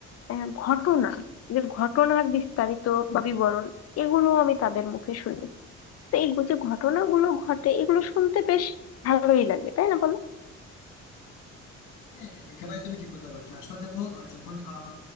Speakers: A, on the left; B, on the left.
A: আহ, ঘটনা যে ঘটনার বিস্তারিত বা বিবরণ এগুলো আমি তাদের মুখে শুনেছি তো এই যে ঘটনাগুলো ঘটে এগুলো শুনতে বেশ ভালোই লাগে তাই না বলো
B: হ্যাঁ একেবারে তুমি ঠিক কথা বলছো আসলে দেখো আহ, যখন আহ